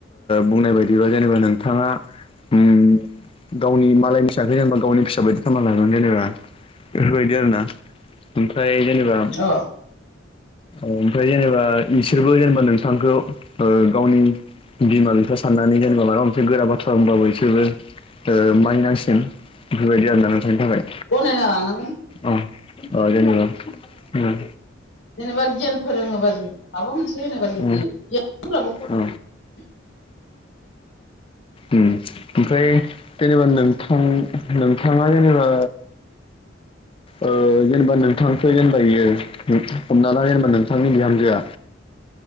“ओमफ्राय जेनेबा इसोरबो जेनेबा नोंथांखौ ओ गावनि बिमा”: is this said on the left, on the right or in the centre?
Left